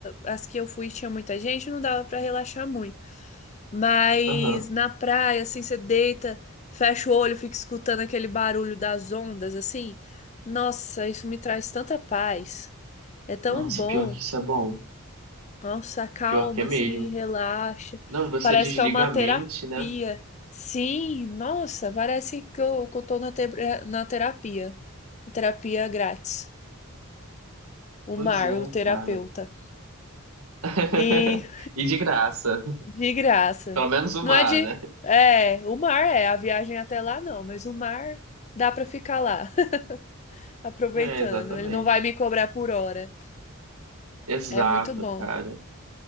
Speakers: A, on the left; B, on the right.
A: as que eu fui tinha muita gente, não dava pra relaxar muito. Mas
B: Aham.
A: na praia, assim, você deita, fecha o olho, fica escutando aquele barulho das ondas, assim. Nossa, isso me traz tanta paz. É tão
B: Nossa,
A: bom.
B: pior que isso é bom.
A: Nossa, acalma,
B: Pior que é mesmo.
A: assim, relaxa.
B: Não, você
A: Parece
B: desliga
A: que é uma
B: a
A: terapia.
B: mente, né?
A: Sim, nossa, parece que eu, que eu tô na, te- na terapia. Terapia grátis. O
B: Pois
A: Mar,
B: é,
A: o terapeuta.
B: cara. <laughs>
A: E
B: E de graça.
A: de graça.
B: Pelo menos o
A: Não
B: mar,
A: é de.
B: né?
A: É, o mar é, a viagem até lá não, mas o mar dá pra ficar lá, <laughs> aproveitando.
B: É, exatamente.
A: Ele não vai me cobrar por hora.
B: Exato,
A: É muito bom.
B: cara.